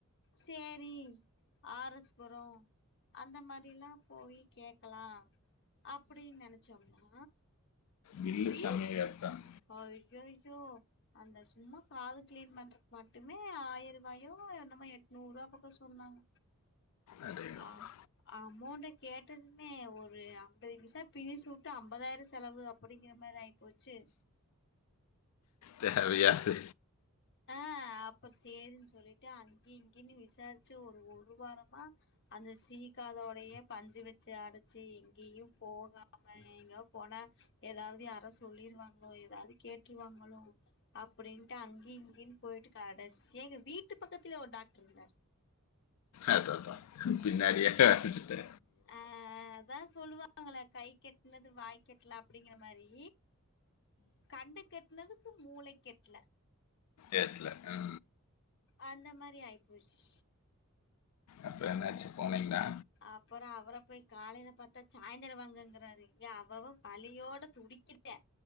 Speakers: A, on the left (about 50°); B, on the left (about 80°).
A: சேரி ஆர் எஸ் புரோம் அந்த மாதிரி எல்லா போயி கேக்கலா அப்டின்னு நெனைச்சோம்னா
B: பில்லு
A: பீஸ்ஸு
B: சமையல் கேட்பேன்
A: ஐயய்யோ அந்த சும்மா காது கிளீன் பண்றதுகு மட்டுமே ஆயிரம் ருபாயோ என்னமோ எட்நூறு ருபா பாக்கோ சொன்னாங்க
B: அடையப்பா
A: ஆ அமௌண்ட கேட்டதுமே ஒரு அம்பது விசா பினி சூட்டு அம்பதாயிரோ செலவு அப்டிங்கிற மாரி ஆயி போச்சு
B: தேவயா இது
A: ஆ அப்புறோ சேரின்னு சொல்லிட்டு அங்கியு இங்கியுனு விசாரிச்சு ஒரு ஒரு வாரமா அந்த சீக்காதோடயே பஞ்சு வச்சு அடச்சு எங்கயும் போகாம எங்க போனா எதாது யாரோ சொல்லிருவாங்களோ எதாது கேட்டுருவாங்களோ அப்டின்ட்டு அங் கினு போயிட்டு கடைசியா எங்க வீட்டு பக்கத்துலயே ஒரு டாக்டர் இருந்தாரு
B: அதாதா பின்னடியாக்க அடிச்சிட்டே
A: ஆ ஆ அதா சொல்லுவாங்களே கைக்கெட்னது வாய்க்கெட்ல அப்டிங்கற மாரி கண்ணுக்கெட்னதுக்கு மூளைக்கு எட்டல
B: ஏன் எட்ல ஆ
A: அந்த மாரி ஆயிப்போச்சு
B: அப்றோ என்னாச்சு போனீங்களா
A: அப்பறோ அவர போய் காலையில பாத்தா சாய்ந்ரோ வாங்கங்கறாரு இங்க அவ அவ வலியோட துடி ச்சிட்டே